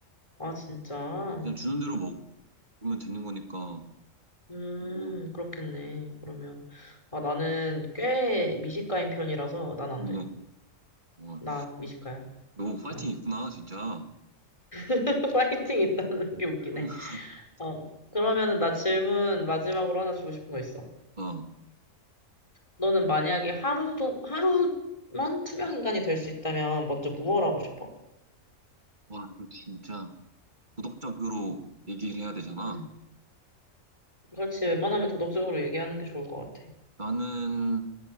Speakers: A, on the left; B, on the right.
A: 아, 진짜?
B: 그냥 주는 대로 먹으면 되는 거니까.
A: 음,
B: 그리고,
A: 그렇겠네. 그러면. 아, 나는 꽤 미식가인 편이라서 난 안
B: 누가,
A: 돼.
B: 어,
A: 나 미식가야.
B: 너 파이팅
A: 응.
B: 있구나, 진짜.
A: <laughs> 파이팅 있다는 게 웃기네.
B: 그럼, <laughs>
A: 어. 그러면은 나 질문 마지막으로 하나 주고 싶은 거 있어.
B: 어,
A: 너는 만약에 하루도, 하루만 투명 인간이 될 수 있다면 먼저 무얼 하고 싶어?
B: 와, 이거 진짜 도덕적으로 얘기를 해야 되잖아.
A: 응. 그렇지. 웬만하면 도덕적으로 얘기하는 게 좋을 것 같아.
B: 나는